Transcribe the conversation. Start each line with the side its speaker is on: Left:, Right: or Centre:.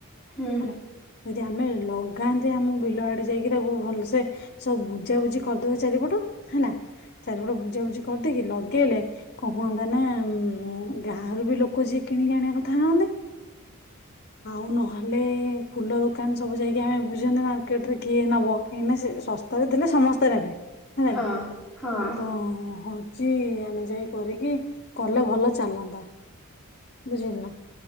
Centre: ହୁଁ
Left: ହେଲା ଯଦି ଆମେ ଲଗାନ୍ତିେ ଆମ ବିଲ ଆଡେ ଯାଇକି ତାକୁ ଭଲସେ ସବୁ ବୁଜାବୁଜି କରିଦେବ ଚାରିପଟ ହେଲା। ଚାରିପଟ ବୁଜାବୁଜି କରଦେଇକି? କି ଲଗେଇଲେ କଣ କୁହନ୍ତା ନା ଗାଁରୁ ବି ଲୋକ ଯିଏ କିଣିକି ଆଣିବା କଥା ଆଣନ୍ତେ ଆଉ ନହେଲେ ଫୁଲ ଦୋକାନ ସବୁ ଯାଇକି ଆମେ ବୁଝନ୍ତେ ମାର୍କେଟରେ କିଏ ନବ କାହିଁକିନା ସେ ଶସ୍ତାରେ ଦେଲେ ସମସ୍ତେ ନେବେ ହେଲାକି
Centre: ହଁ। ହଁ
Left: ତ ହଉ। ହଉଛି ଆମେ ଯାଇ କରିକି କଲେ ଭଲ ଚାଲନ୍ତା। ବୁଝିଲୁ ନା